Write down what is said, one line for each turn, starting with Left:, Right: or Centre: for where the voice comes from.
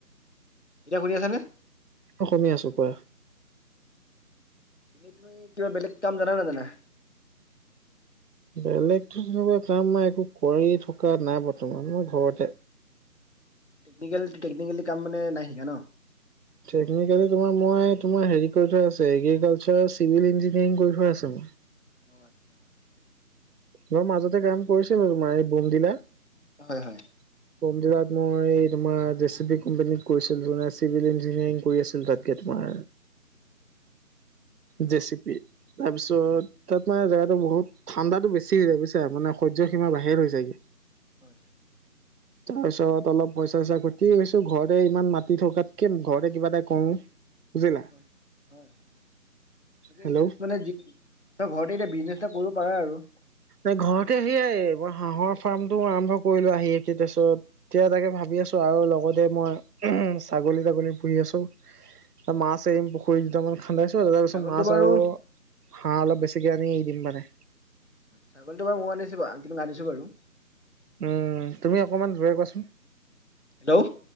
Left: এতিয়া শুনি আছ নে
Right: অ শুনি আছো কোৱা
Left: এ তুৱেই কিবা বেলেগ কাম জানে নে নাজানে
Right: বেলেগ তেনেকুৱা কাম মই একো কৰি থকা নাই বৰ্তমান মই ঘৰতে
Left: লিগেল টেকনিকেলি কাম মানে নাই শিকা ন
Right: টেকনিকেলি তোমাৰ মই তোমাৰ হেৰি কৰি থোৱা আছে এগ্ৰীকালচাৰ চিভিল ইঞ্জিনিয়াৰিং কৰি থোৱা আছে মোৰ
Left: অ আচ্ছা আচ্ছা
Right: মই মাজতে কাম কৰিছো বাৰো মাই বোম দিলা।
Left: হয়। হয়।
Right: <inaudible> বোম দিলাট মই তোমাৰ জেচি বি কোম্পাননীত কৰিছিলো চিভিল ইঞ্জিনিয়াৰিং কৰি আছিলো তাত কে তোমাৰ জেচিপি তাৰপিছত তাত মানে জেগা বহুত ঠাণ্ডাটো বেছি বুইছা মানে সয্য সীমা বাহিৰ হৈ যায়গে
Left: হয়। হয়।
Right: <inaudible> তাৰ পিছত অলপ পইচা চইচা ঘতি কৈছো ঘৰতে ইমান মাতি থকাতকে ঘৰতে কিবা এটা কউ জিলা।
Left: হয় হয়।
Right: হেল্ল'
Left: মানে ঘৰতে এতিয়া বিজনেচ এটা কৰিব পাৰে আৰু <unintelligible>
Right: এই ঘৰতে সেইয়াই মই হাঁহৰ ফাৰ্মটো আৰম্ভ কৰিলো আহি একে তাৰছত এতিয়া তাকে ভাবি আছো আৰু লগতে মই ছাগলী তাগলী পুহি আছো। তা মাছ এৰিম পুখ কুৰি দুটামান খান্দাইছো তাৰ পিছত
Left: ছাগলীটো
Right: মাছ
Left: বাৰু
Right: আৰু হাঁহ অলপ বেছিকে আনি দিম মানে
Left: ছাগলী বাৰ মই <unintelligible> <unintelligible> আনিছো বাৰু
Right: উম তুমি অকমান জোৰে কোৱাচোন
Left: হেল্ল',